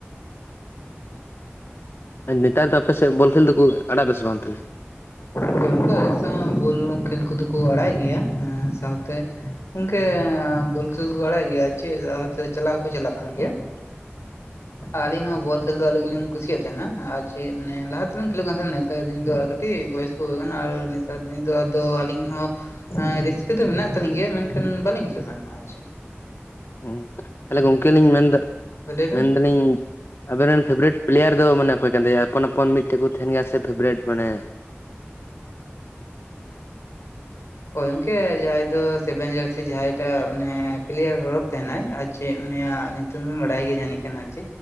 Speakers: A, on the left; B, on the left.
A: ᱱᱮᱛᱟᱨ ᱫᱚ ᱟᱯᱮᱥᱮᱫ ᱵᱚᱞ ᱠᱷᱮᱞ ᱫᱚᱠᱩ ᱟᱲᱟᱜ ᱫᱟᱥᱮ ᱵᱟᱝ ᱛᱷᱟᱞᱮ?
B: ᱦᱳᱭ ᱚᱱᱠᱟ ᱟᱞᱮ ᱥᱮᱫ ᱦᱚᱸ ᱵᱚᱞ ᱠᱷᱮᱞ ᱠᱚᱫᱚ ᱠᱩ ᱟᱲᱟᱭᱮᱫ ᱜᱮᱭᱟ ᱮᱸ ᱥᱟᱶᱛᱮ ᱚᱝᱠᱮ ᱵᱚᱞ ᱠᱷᱮᱞ ᱠᱚ ᱟᱲᱟᱭᱮᱫ ᱜᱮᱭᱟ ᱾ ᱪᱮᱜ ᱟᱛᱮ ᱪᱟᱞᱟ‌ ᱦᱚᱸᱠᱚ ᱪᱟᱞᱟᱜ ᱠᱟᱱ ᱜᱮᱭᱟ ᱾
A: <inaudible>
B: ᱟᱹᱞᱤᱧ ᱦᱚᱸ ᱵᱚᱞ ᱠᱷᱮᱞ ᱫᱚ ᱟᱞᱤ ᱜᱮᱞᱤᱧ ᱠᱩᱥᱤᱭᱟᱜ ᱛᱟᱦᱮᱱᱟ ᱟᱨ ᱡᱮ ᱢᱟᱱᱮ ᱞᱟᱦᱟ ᱛᱮᱞᱤᱧ ᱠᱷᱮᱞᱳᱜ ᱠᱟᱱ ᱛᱷᱟᱱᱮ ᱛᱟ ᱫᱤᱱ ᱫᱚ ᱟᱨ ᱠᱟᱹᱴᱤᱡ ᱵᱚᱭᱚᱥ ᱠᱚ <unintelligible> ᱠᱟᱱᱟ ᱟᱨ ᱪᱟᱨ ᱫᱤᱱ ᱫᱚ ᱟᱫᱚ ᱟᱹᱞᱤᱧ ᱦᱚᱸ ᱮᱸ ᱨᱟᱹᱥᱠᱟᱹ ᱫᱚ ᱢᱮᱱᱟᱜ ᱛᱟᱞᱤᱧ ᱜᱮᱭᱟ ᱢᱮᱱᱠᱷᱟᱱ ᱵᱟᱞᱤᱧ ᱠᱷᱮᱞᱳᱜ ᱠᱟᱱᱟ ᱾ ᱟᱪᱪᱷᱟ,
A: ᱦᱩᱸ ᱛᱟᱦᱞᱮ ᱜᱚᱝᱠᱮ ᱞᱤᱧ ᱢᱮᱱᱫᱟ
B: ᱞᱟᱹᱭ ᱵᱮᱱ
A: ᱢᱮᱱᱫᱟᱞᱤᱧ ᱟᱵᱮ ᱨᱮᱱ ᱯᱷᱮᱵᱮᱨᱮᱴ ᱯᱞᱮᱭᱟᱨ ᱫᱚ ᱢᱟᱱᱮ ᱚᱠᱚᱭ ᱠᱟᱱ ᱛᱟᱭᱟ ᱟᱯᱚᱱ ᱟᱯᱚᱱ ᱢᱤᱫᱴᱮᱱ ᱠᱚ ᱛᱟᱦᱮᱱ ᱜᱮᱭᱟ ᱥᱮ ᱯᱷᱮᱵᱮᱨᱮᱴ ᱢᱟᱱᱮ ᱾
B: ᱚᱭ ᱜᱚᱝᱠᱮ ᱡᱟᱦᱟᱸᱭ ᱫᱚ ᱥᱮᱵᱷᱮᱱ ᱡᱟᱹᱨᱥᱤ ᱡᱟᱦᱟᱸᱭ ᱴᱟᱜ ᱢᱟᱱᱮ ᱯᱞᱮᱭᱟᱨ ᱦᱚᱲᱚᱠ ᱛᱟᱦᱮᱱᱟᱭ ᱟᱨ ᱪᱮᱜ ᱩᱱᱤᱭᱟᱜ ᱛᱩᱢ ᱫᱚ ᱵᱟᱰᱟᱭ ᱜᱮᱭᱟ ᱡᱟᱹᱱᱤ ᱠᱷᱟᱱ ᱟᱨ ᱪᱮ